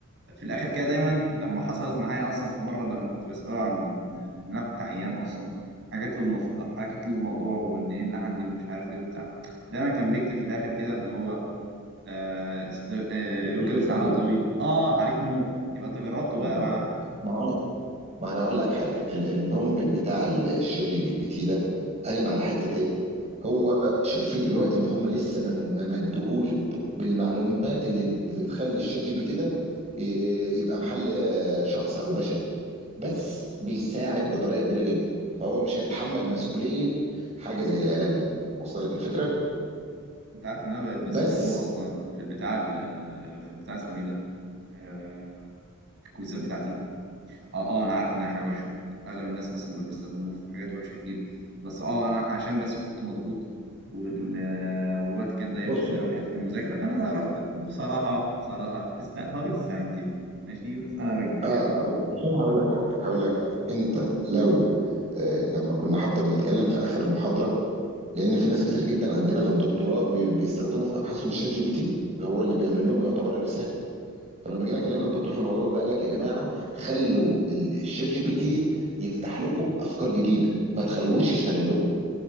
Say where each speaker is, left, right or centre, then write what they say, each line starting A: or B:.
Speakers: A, on the right (about 55°); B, on the right (about 30°).
A: في الاخر كده دايما لما حصلت معايا اصلا في مره لما كنت بساله عن ان انا كنت عيان اصلا حكيت له المش... حكيت له الموضوع وان ايه اللي عندي ومش عارف ايه وبتاع دايما كان بيكتب في الاخر كده اللي هو آه است... آه
B: استشير
A: يرجى الاستعانه
B: طبيب
A: بطبيب اه عليك نور يبقى انت جربته
B: آه.
A: بقى معاه
B: ما هو انا ما انا اقول لك حاجه ال- البرومبت بتاع ال- الشات جي بي تي ده قايم على حته ايه هو شايفين دلوقتي ان هم لسه ما ما مدهوش ب- بالمعلومات اللي اللي تخلي الشات جي بي تي ده ي- يبقى محل آه، شخص او بشري بس بيساعد بطريقه كبيره جدا فهو مش هيتحمل مسؤوليه حاجه زي العلاج ده وصل لك الفكره
A: انت عارف ان انا بقيت بستخدمه
B: بس
A: اصلا في البتاع ال- في البتاع اسمه ايه ده آه، الكويزات بتاعتي اه اه انا عارف انها حاجه وحشه اغلب الناس اصلا بقى بيستخدموه في حاجات وحشه كتير بس اه انا عشان بس كنت مضغوط وال... آه، والوقت كان ضيق
B: بص
A: بسبب
B: بقى.
A: حته المذاكره فانا رحت بصراحه بصراحه است... هقول استعنت بيه ماشي بس انا بكذب
B: اه
A: يعني
B: آه، بس بس انا هقول لك حاجه هقول لك حاجه انت لو آه، لما كنا حتى بنتكلم في اخر محاضره لان في ناس كتير جدا عندنا في الدكتوراه بي- بيستخدموا في ابحاثهم الشات جي بي تي هو اللي بيعمل لهم يعتبر الرساله فلما جينا كلمنا الدكتور في الموضوع ده قال لك يا جماعه خلوا ال- الشات جي بي تي يفتح لكم افكار جديده ما تخلوهوش يشتغل لكم